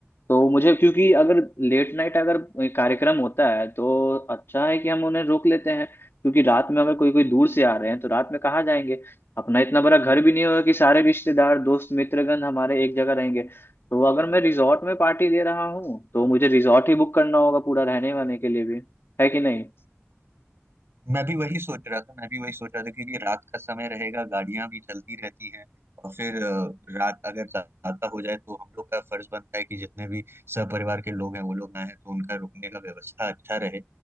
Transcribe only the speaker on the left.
तो मुझे क्योंकि अगर लेट नाइट अगर कार्यक्रम होता है तो अच्छा है कि हम उन्हें रोक लेते हैं क्योंकि रात में अगर कोई कोई दूर से आ रहे हैं तो रात में कहाँ जाएंगे अपना इतना बड़ा घर भी नहीं होगा कि सारे रिश्तेदार दोस्त मित्रगण हमारे एक जगह रहेंगे तो अगर मैं रिजॉर्ट में पार्टी दे रहा हूँ तो मुझे रिजॉर्ट ही बुक करना होगा पूरा रहने वहने के लिए भी है कि नहीं